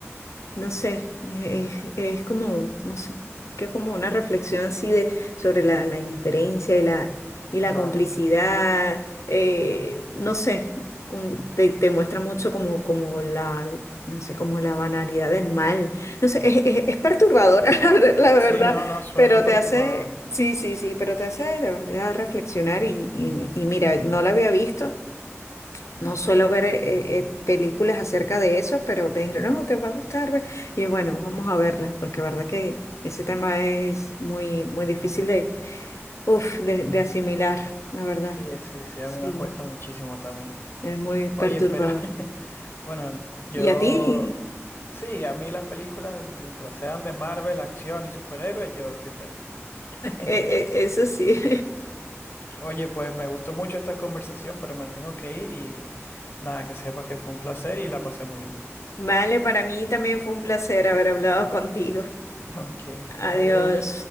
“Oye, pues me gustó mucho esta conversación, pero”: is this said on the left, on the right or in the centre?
Left